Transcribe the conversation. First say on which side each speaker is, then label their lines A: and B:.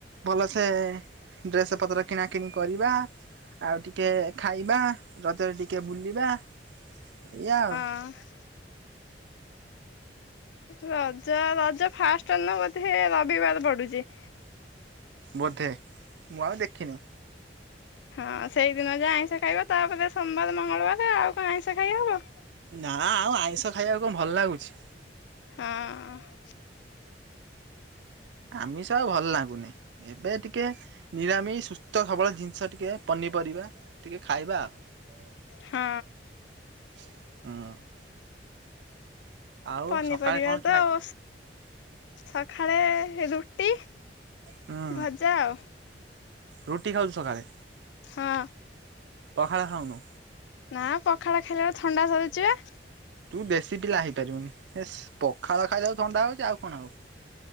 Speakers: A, on the right; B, on the left.
A: ଭଲସେ ଡ୍ରେସ ପତ୍ର କିଣା କିଣି କରିବା। ଆଉ ଟିକେ ଖାଇବା ରଜରେ ଟିକେ ବୁଲିବା ଏଇଆ ଆଉ।
B: ହଁ। ରଜ ରଜ ଫାଷ୍ଟ ନ ବୋଧେ ରବିବାର ପଡୁଚି।
A: ବୋଧେ ମୁଁ ଆଉ ଦେଖିନି।
B: ହଁ ଆଉ ସେଇଦିନ ଯାହା ଆଇଁଷ ଖାଇବ ତାପରେ ସୋମବାରେ ମଙ୍ଗଳବାରେ ଆଉ କଣ ଆଇଁଷ ଖାଇହବ।
A: ନା ଆଉ ଆଇଁଷ ଖାଇବାକୁ କଣ ଭଲ ଲାଗୁଚି।
B: ହଁ।
A: ଆମିଷ ଆଉ ଭଲ ଲାଗୁନି ଏବେ ଟି କେ ନିରାମି ସୁସ୍ଥ ସବଳ ଜିନିଷ ଟିକେ ପନିପରିବା ଟିକେ ଖାଇବା ଆଉ।
B: ହଁ।
A: ହୁଁ। ଆଉ
B: ପନିପରିବା
A: ସକାଳେ କଣ ଖିଆ
B: ତ
A: ହେଇଥିଲା?
B: ଓ ସଖାଳେ ରୁଟି
A: ହୁଁ
B: ଭଜା ଆଉ।
A: ରୁଟି ଖାଉଚୁ ସକାଳେ?
B: ହଁ।
A: ପଖାଳ ଖାାଉନୁ?
B: ନା ପଖାଳ ଖାଇଲା ବେଳୁ ଥଣ୍ଡା ଧରୁଚି ବା।
A: ତୁ ଦେଶୀ ପିଲା ହେଇପାରିବୁନି ହେସ୍ ପଖାଳ ଖାଇଲା ବେଳକୁ ଥଣ୍ଡା ହଉଚି ଆଉ କଣ ହବ।